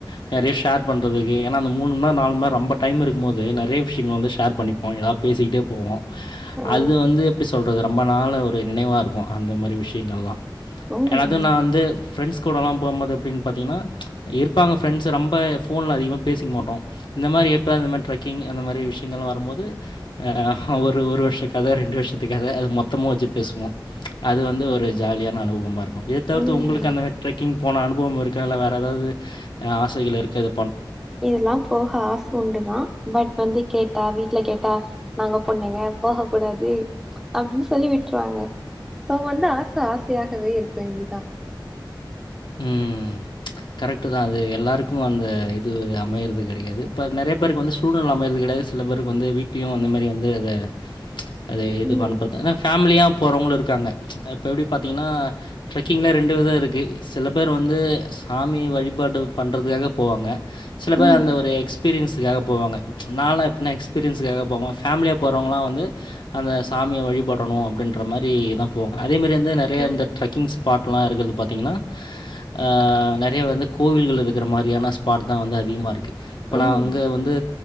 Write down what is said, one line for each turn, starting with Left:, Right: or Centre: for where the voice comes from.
Left: ச் நெறைய ஷேர் பண்றதுக்கு ஏன்னா அந்த மூனும்நேரொ நாலும்நேரொ ரொம்ப டைம் இருக்கும்போது நெறைய விஷயங்கள் வந்து ஷேர் பண்ணிப்போ ஏதாவது பேசிக்கிட்டே போவோ
Centre: ஆ
Left: அது வந்து எப்டி சொ சொல்றது ரொம்ப நாள ஒரு நெனைவாருக்கும் அந்த மாரி விஷயங்கள்ளாம்
Centre: ம்
Left: ஏனது நா வந்து ஃப்ரெண்ட்ஸ் கூடலா போம்போது அப்டின்னு பாத்திங்ன்னா ச் இருப்பாங்க ஃப்ரெண்ட்ஸ் ரொம்ப ஃபோன்ல அதிகமாக பேசிக்க மாட்டோம் இந்த மாரி எப்போ அந்த மாரி ட்ரக்கிங் அந்த மாரி விஷயங்கள்ளா வரும்போது ஆ அ ஒரு ஒரு வருஷக்கத ரெண்டு வருஷ துக்கத அது மொத்தமா வச்சுட் பேசுவோ அது வந்து ஒரு ஜாலியான அனுபவமாகருக் எதத்தவிர்த்து
Centre: ம்
Left: உங்களுக்கு அந்த ட்ரக்கிங் போன அனுப் போ இருக்கல்ல வேற ஏதாவது ஆசைகள் இருக்கது
Centre: இதெல்லா போக ஆச உண்டுதான் பட் வந்து கேட்டாவி வீட்டுல கேட்டா நாங்க பொண்ணுங்க போக கூடாது அப்டின்னு சொல்லி விட்டுருவாங்க சோ வந்து ஆச ஆசயாகவே இருக்கூ இங்கதான்
Left: ம் கரெக்ட் தான் அது எல்லாருக்கும் அந்த இது அமையது கெடையாது இப்ப நிறைய பேருக்கு வந்து ஸ்டூடெல் அமையறது கிடையாது சில பேருக்கு வந்து வீட்டயையும் அந்த மாரி வந்து அதை அது இது
Centre: ம்
Left: பண்ணப்பறதுான் அன ஃபேமிலியா போகிறவங்களும் இருக்காங்க இப்போ எப்படி பார்த்தீங்கன்னா ட்ரெக்கிங்க்ல்ாம் ரெண்டு விதம் இருக்குது சில பேர் வந்து சாமி வழிபாடு பண்ணுறதுக்காக போவாங்க சில
Centre: ம்
Left: பேர் அந்த ஒரு எக் எக்ஸ்பீரியன்ஸுக்காக போவாங்க ச் நால் எப்டின்னா எஸ்பீரியன்ஸுக்காக போவாம ஃபேமிலியாக போறவங்கலாம் வந்து அந்த சாமிய வழிபடணும் அப்டின்ற மாரி தான் போவாங்க அதேமாரி வந்து நெறைய
Centre: ம்
Left: இந்த ட்ரெக்கிங் ஸ்பாட்லாம் இருக்கறது பாத்திங்ன்னா ஆஹ் நெறைய வந்து கோவில்கள் இருக்கிற மாரியான ஸ்பாட் தான் வந்து அதிகமா இருக்கு இப்ப
Centre: ம்
Left: நான் அங்க வந்து